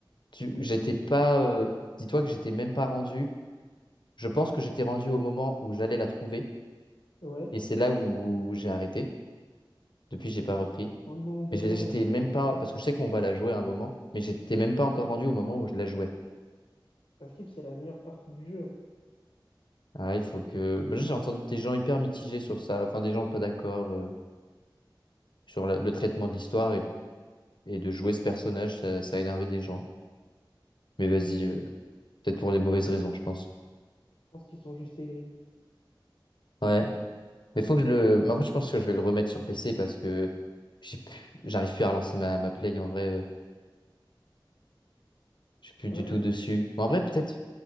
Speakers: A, on the left (about 65°); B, on the left (about 90°).
A: tu, j'étais pas, euh, dis-toi que j'étais même pas rendu. Je pense que j'étais rendu au moment où j'allais la trouver,
B: Ouais.
A: et c'est là où j'ai arrêté. Depuis, j'ai pas repris.
B: Oh non, dommage.
A: Mais j'ai- j'étais même pas, parce que je sais qu'on va la jouer à un moment, mais j'étais même pas encore rendu au moment où je la jouais.
B: Parce que c'est la meilleure partie du jeu. hein.
A: Ah, il faut que, bah, j'ai entendu des gens hyper mitigés sur ça, enfin des gens pas d'accord euh, sur la- le traitement de l'histoire et, et de jouer ce personnage, ça, ça a énervé des gens. Mais vas-y, euh, peut-être pour les mauvaises raisons, je pense.
B: Je pense qu'ils sont juste aigris.
A: Ouais. Mais faut que je le, mais en fait, je pense que je vais le remettre sur PC parce que j'ai plus- j'arrive plus à relancer ma, ma play en vrai, euh, je suis plus
B: Ouais,
A: du tout dessus. Mais en vrai, peut-être,